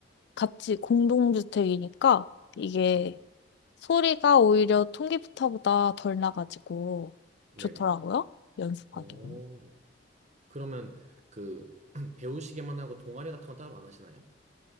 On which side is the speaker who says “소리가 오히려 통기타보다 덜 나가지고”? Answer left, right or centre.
Left